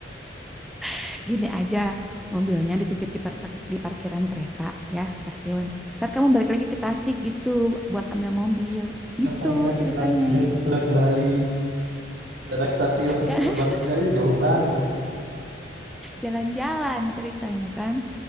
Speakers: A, in the centre; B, on the right.
A: <laughs> Gini aja, mobilnya dititip di, parpa- di parkiran kereta ya, stasiun. Ntar kamu balik lagi ke Tasik gitu, buat ambil mobil. Gitu
B: Ngapain capek
A: ceritanya.
B: banget? Lewat Bali, dari stasiun
A: <laughs>
B: ke Bandung aja jauh banget.
A: Jalan-jalan ceritanya kan.